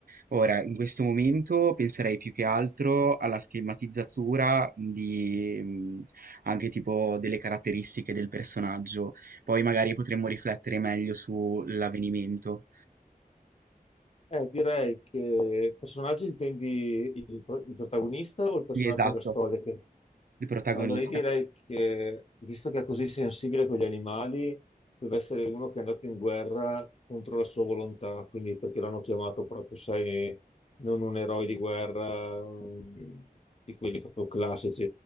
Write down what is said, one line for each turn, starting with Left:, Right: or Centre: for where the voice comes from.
Right: Ora, in questo momento penserei più che altro alla schematizzatura di mm, anche tipo delle caratteristiche del personaggio poi magari potremmo riflettere meglio sull'avvenimento.
Left: Eh, direi che personaggio intendi il, pro- il protagonista o il personaggio
Right: Sì, esatto,
Left: della storia? Che-
Right: il protagonista.
Left: Allora, io direi che, visto che è così sensibile con gli animali, deve essere uno che è andato in guerra contro la sua volontà, quindi perché l'hanno chiamato proprio, sai, non un eroe di guerra, mm, di quelli proprio classici.